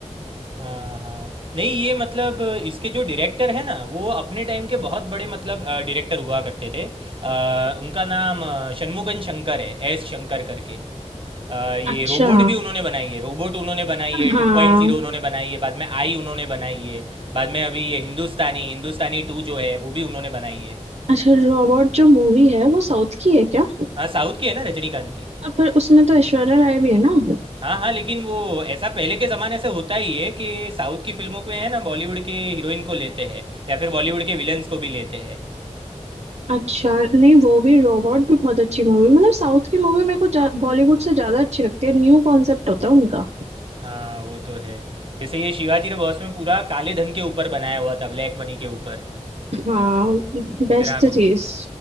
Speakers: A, on the right; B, on the right.
A: हाँ हाँ नहीं ये मतलब इसके जो डायरेक्टर है ना वो अपने टाइम के बहुत बड़े मतलब डायरेक्टर हुआ करते थे अ, उनका नाम अ, शनमुगन शंकर है एस शंकर करके अ, ये
B: अच्छा
A: रोबोट भी उन्होंने बनाई है रोबोट उन्होंने बनाई है
B: हाँ
A: टू पॉइंट जीरो उन्होंने बनाई है बाद में आई उन्होंने बनाई है बाद में अभी ये हिंदुस्तानी हिंदुस्तानी टू जो है वो भी उन्होंने बनाई है
B: अच्छा रोबोट जो मूवी है वो साउथ की है क्या
A: हाँ साउथ की है ना रजनीकांत की
B: अ, पर उसमें तो ऐश्वर्या राय भी है ना
A: हाँ हाँ लेकिन वो ऐसा पहले के ज़माने से होता ही है कि साउथ की फिल्मों को है ना बॉलीवुड के हीरोइन को लेते हैं या फिर बॉलीवुड के विलन्स को भी लेते हैं
B: अच्छा नहीं वो भी रोबोट भी बहुत अच्छी मूवी मतलब साउथ की मूवी मेरे को जा- बॉलीवुड से ज्यादा अच्छी लगती है न्यू कॉन्सेप्ट होता है उनका
A: हाँ वो तो है जैसे ये शिवाजी द बॉस में पूरा काले धन के ऊपर बनाया हुआ था ब्लैक मनी के ऊपर
B: हाँ बेस्ट
A: इतना कुछ
B: चीज